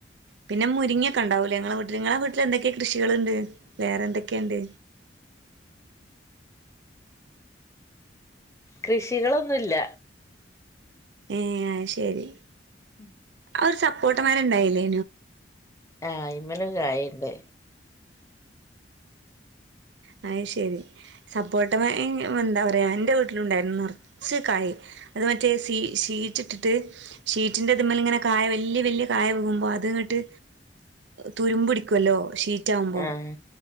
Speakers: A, on the right; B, on the left.
A: പിന്നെ മുരിങ്ങൊക്കെ ഉണ്ടാവുമല്ല ഞങ്ങളെ വീട്ടിൽ നിങ്ങളെ വീട്ടിൽ എന്തൊക്കെ കൃഷികളുണ്ട് വേറെന്തൊക്കെയുണ്ട്
B: കൃഷികളൊന്നുല്ല
A: ഏഹ് ആഹ് ശരി
B: ഉം
A: ആഹ് ഒരു സപ്പോർട്ട് മരം ഉണ്ടായില്ലേ
B: ആഹ് അയ്മൽ ഒരു കായുണ്ട്
A: അത് ശെരി സപ്പോട്ടമ്മ എന്താ പറയാ എന്റെ വീട്ടിലുണ്ടായിരുന്നു നിറച്ച് കായ് അത് മറ്റേ ഷീറ്റ് ഇട്ടിട്ട് ഷീറ്റിന്റെ ഇതുമേൽ ഇങ്ങനെ കായ വലിയ വലിയ കായ വുമ്പോ അത്ങ്ങോട്ട് തുരുമ്പ് പിടിക്കല്ലോ കറ്റാവുമ്പോം
B: ആഹ്